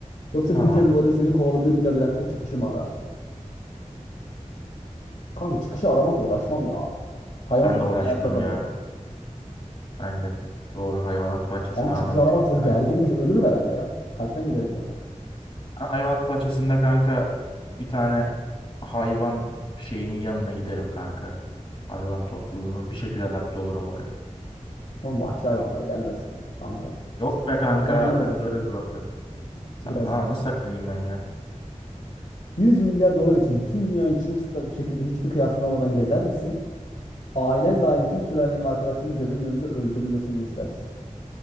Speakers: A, on the left; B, on the left.
A: Yoksa
B: Tamam.
A: bir canavarın seni kovaladığı bir labirentte çıkışı mı ararsın? Kanka çıkışı aramakla uğraşmam ya. Hayvan
B: Ben
A: bahçesinde
B: de uğraşmam
A: hayatta kalırım.
B: ya. Ben de. Doğru hayvanat bahçesi
A: Kanka
B: daha
A: çıkışı
B: mantıklı
A: aramak çok
B: kanka.
A: gerginmiş. Ölürüm herhalde ya. Kalpten giderim zaten.
B: Ha, Hayvanat bahçesinde kanka bir tane hayvan şeyinin yanına giderim kanka. Hayvan topluluğunun bir şekilde adapte olurum oraya.
A: Oğlum vahşi hayvanları yerler seni. Dangaz.
B: Yok be kanka
A: Saklanacağım
B: takılırız
A: bir ay.
B: orada. Saklan.
A: Bir ay saklan.
B: Nasıl saklanayım ben ya?
A: 100 milyar dolar için tüm dünyayı çırılçıplak bir şekilde hiçbir kıyafetin olmadan gezer misin? Ailen dahil tüm sülalenin ve arkadaşlarının gözünün önünde öldürülmesini mi istersin?